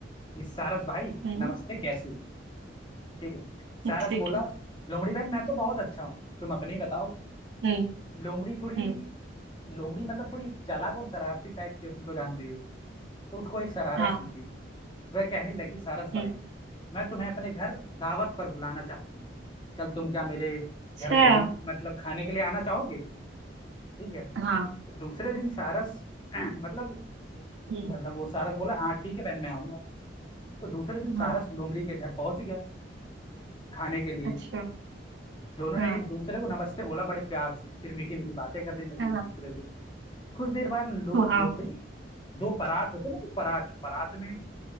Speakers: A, on the left; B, on the right.
A: कि सारस भाई
B: हम्म
A: नमस्ते कैसे हो ठीक है सारस
B: ठीक
A: बोला
B: है
A: लोमड़ी बहन मैं तो बहुत अच्छा हूँ तुम अपनी बताओ
B: हम्म
A: लोमड़ी थोड़ी
B: हम्म
A: लोमड़ी मतलब थोड़ी चालाक और शरारती टाइप की हो तुम तो जानते ही हो तो उसको एक शरारत
B: हाँ
A: सूझी वह कहने लगी सारस भाई
B: हम्म
A: मैं तुम्हें अपने घर दावत पर बुलाना चाहती हूँ कल तुम क्या मेरे
B: अच्छा
A: घर भोजन मतलब खाने के लिए आना चाहोगे ठीक है
B: हाँ
A: दूसरे दिन सारस <clears throat> मतलब
B: हम्म,
A: मतलब वो सारस बोला हाँ ठीक है बहन मैं आऊंगा तो दूसरे दिन सारस
B: हाँ
A: लोमड़ी के घर पहुंच गया खाने के लिए
B: अच्छा
A: दोनों
B: हाँ
A: ने एक दूसरे को नमस्ते बोला बड़े प्यार से फिर मीठी मीठी बातें करने लगी
B: हाँ
A: एक दूसरे से कुछ देर बाद लो,
B: वाह
A: लोमड़ी दो परात होते ना तो परात परात में